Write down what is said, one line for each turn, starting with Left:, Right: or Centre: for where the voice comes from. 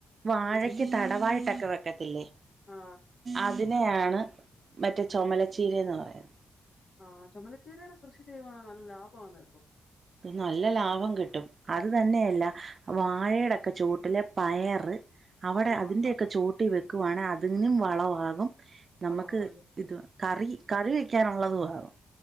Right: വാഴക്ക്
Left: ഉം ഉം ഉം.
Right: തടവായിട്ടൊക്കെ വെക്കത്തില്ലേ?
Left: ആ
Right: അത് ന്നെയാണ് മറ്റേ ചൊമലച്ചീരെ എന്ന് പറയ്ണത്.
Left: ആഹ് ചൊമലച്ചീരേടെ കൃഷി ചെയ്യുവാണെ നല്ല ലാഭമാണിപ്പോ
Right: പി നല്ല ലാഭം കിട്ടും. അത് തന്നെയല്ല വാഴെടെക്കെ ചോട്ടില് പയറ് അവിടെ
Left: ആ
Right: അതിന്റെയൊക്കെ ചോട്ടി വെക് ക്കുവാണെ അതിനും വളമാകും നമ്മക്ക്
Left: വളമാവുമല്ലോ
Right: ഇത് കറി, കറി വെയ്ക്കാനുള്ളതും ആവും.